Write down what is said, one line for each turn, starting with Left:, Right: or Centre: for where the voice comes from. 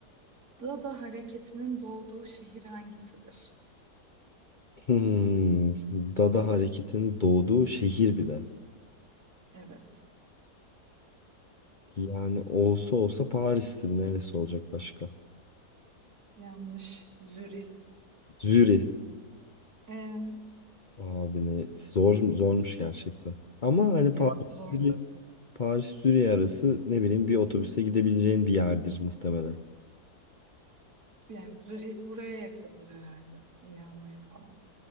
Right: Dada hareketinin doğduğu şehir hangisidir?
Left: Hmm, Dada hareketin doğduğu şehir bile.
Right: Evet.
Left: Yani olsa olsa Paris'tir. Neresi olacak başka?
Right: Yanlış. Zürih.
Left: Zürih.
Right: Ee,
Left: Abi ne zor zormuş gerçekten. Ama hani
Right: ya
Left: Paris
Right: zor
Left: Zürih
Right: tabii.
Left: Paris Zürih arası ne bileyim bir otobüse gidebileceğin bir yerdir muhtemelen.
Right: Yani Zürih buraya yakındır herhalde. Milano'ya falan.